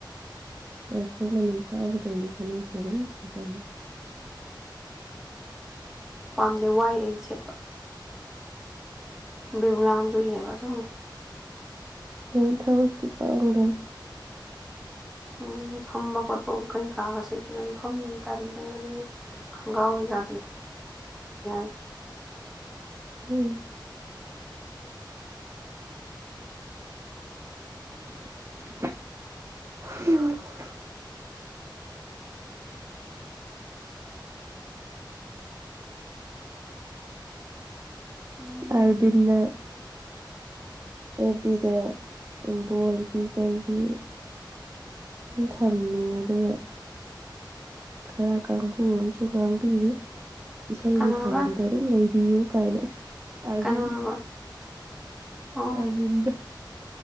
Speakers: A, on the right (about 35°); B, in the centre.
A: <inaudible>
B: ꯄꯥꯝꯗꯦ ꯋꯥꯏ ꯑꯩ ꯁꯦꯠꯄ ꯕꯤꯕꯨꯂꯥ ꯑꯝ ꯆꯨꯏꯌꯦꯕ ꯁꯨꯝ
A: ꯍꯣꯏ ꯊꯕꯛꯇꯤ ꯄꯥꯡꯗꯅ
B: ꯎꯝ ꯐꯝꯕ ꯈꯣꯠꯄ ꯀꯩꯀꯥꯒꯁꯤ ꯐꯖꯅ ꯐꯝ ꯇꯟꯕꯩ <unintelligible> ꯈꯣꯡꯒꯒꯥꯎ ꯀꯩꯀꯥ <unintelligible>
A: ꯎꯝ <unintelligible>
B: ꯎꯝ
A: ꯑꯥꯔꯕꯤꯟꯗ ꯑꯦꯞ ꯄꯤꯗ ꯕꯣꯜꯒꯤ ꯀꯩꯒꯤ ꯁꯨꯝ ꯊꯝꯃꯤ ꯑꯗꯨꯒ ꯈꯔ ꯀꯥꯡꯕꯨ ꯑꯃꯁꯨ ꯉꯥꯡꯕꯤꯔꯤ ꯏꯁꯩꯒꯤ
B: ꯀꯅꯥꯕ
A: ꯊꯧꯔꯝꯗ ꯑꯗꯨꯝ ꯂꯩꯕꯤꯌꯨ ꯀꯥꯏꯅ ꯑꯥꯔꯕꯤꯟ
B: ꯀꯅꯥꯕ ꯑꯣ
A: ꯑꯥꯔꯕꯤꯟꯗ